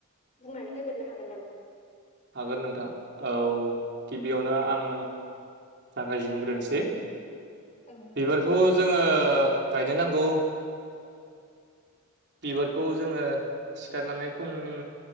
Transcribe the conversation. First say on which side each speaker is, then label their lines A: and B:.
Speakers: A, on the left; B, on the right.
A: बुंनानै होगोरो हागोन नामा?
B: हागोन नोंथां औ गिबियावनो आं जागायजेनग्रोनोसै
A: औ
B: बिबारखौ जोङो गायनो नांगौ। बिबारखौ जोङो सिखारनानै फुंनि